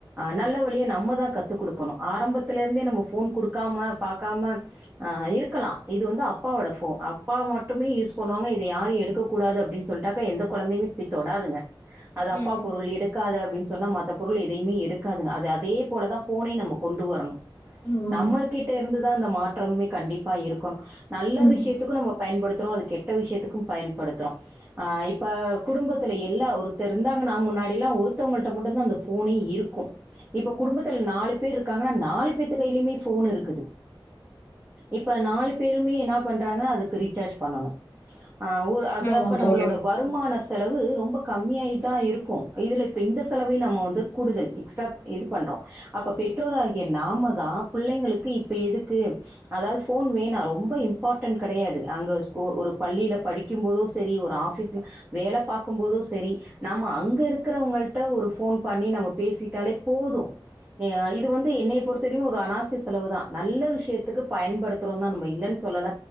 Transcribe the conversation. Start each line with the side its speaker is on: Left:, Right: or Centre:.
Right: நல்ல வழியை நம்மதான் கத்து குடுக்கணு ஆரம்பத்தில இருந்தே நம்ம போன் குடுக்காம பாக்காம ஆஹ் இருக்கலா இது வந்து அப் அப்பாவோட ஃபோன் அப்பா மட்டுமே யூஸ் பண்ணுவாங்க இத யாரு எடுக்கூடாது அப்படின் சொல்லிட்டாக்க எந்த கொழந்தையுமே இப்படி தொடாதுங்க அது
Left: ம்.
Right: அப்பா பொருள்
Left: ம்.
Right: எடுக்காத அப்படின் சொன்ன மத் த பொருள் எதையுமே எடுக்காதுங்க அது அது அதே போல தா போனை நமக் கொண்டு வரணும்
Left: ம்.
Right: நம்ம கிட்ட இருந்துதா அந்த மாற்றம்மே கண்டிப்பா இருக்கு நல்ல
Left: ம்.
Right: விஷயத்துக்கும் நம்ம பயன்படுத் த்றோ அது கெட்ட விஷயத்துக்கு பயன்படுத்துரோ ஆஹ் இப்ப குடும்பத்திலே எல்லா ஒருத்தர் இருந்தாங்ன்னா முன்னாடிலா ஒருத்தவங்கள்டா மட்டுந்தா அந்த போ போனே இருக்கும் இப்ப குடும்பத்தில நாலு பேர் இருக்காங்க நாலு நாலுபேர்த்து கையிலயுமே போன் இருக்குது இப்ப நாலு பேருமே என பண்றாங்க அதுக்கு ரீசார்ஜ் பண்ணனு ஆஹ் ஓ அது
Left: ஆமா
Right: அப்ப நம்மளோட
Left: தோழி.
Right: வருமானஸ் செலவு ரொம்ப கம்மியாய் தான் இருக்கும் இதுல இப்ப இந்த செலவயும் நம்ம வந் கூடுதல் எக்ஸ்ட்ரா இது பண்றோம் அப்போ பெற் றோர்றாகிய நாம தா பிள்ளைங்களுக்கு இப்போ எதுக்கு அதாவது ஃபோன் வேணாம் ரொம்ப இம்பார்ட்டன்ட் கிடையாது அங்கே ஸ்கூ ஒரு பள்ளியில் படிக்கும்போதும் சேரி ஒரு ஆஃபீஸில வேலை பாக்கும்போதும் சேரி நாம் அங்கே இருக்கிறவங்கள்ட ஒரு ஃபோன் பண்ணி நம்ம பேசிட்டாலே போதும் ஆஹ் இது வந்து என்ன பொறுத்தரை ஒரு அணாவசிய செலவுதான் நல்ல விஷயத்துக்கு பயன்படுத்துறோம் தான் நம்ம இல்லைன்னு சொல்லல